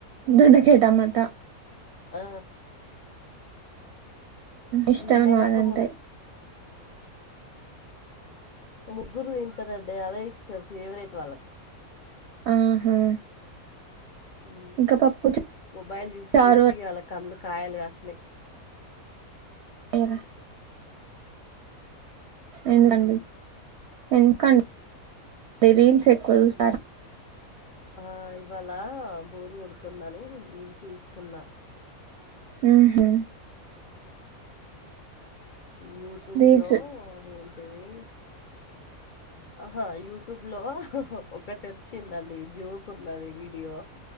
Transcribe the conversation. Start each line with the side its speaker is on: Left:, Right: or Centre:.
Right: దొండకాయ టమాట
Left: ఆ
Right: ఇష్టమా
Left: నిన్నగాక
Right: అదంటే
Left: మొన్న ముగ్గురు తింటారండే అదే ఇష్టం ఫేవరెట్ వాళ్ళకి
Right: ఆహా
Left: ఉ
Right: ఇంకా పప్పు
Left: మొబైల్ చూసి
Right: చారు
Left: చూసి వాళ్ళ కళ్ళు కాయలు కాసినాయి
Right: ఏర
Left: హ్మ్మ్
Right: ఎందుకండి ఎందుకండి రీల్స్ ఎక్కువ చూస్తారా
Left: ఆ ఇవాళ బోరు కొడుతుందని రీల్స్ చూస్తున్నా
Right: హు హు
Left: యూట్యూబ్
Right: రీల్స్
Left: లో అదేంటివి ఆహా యూట్యూబ్ లో ఒకటి వచ్చిందండి జోక్ ఉన్నది వీడియో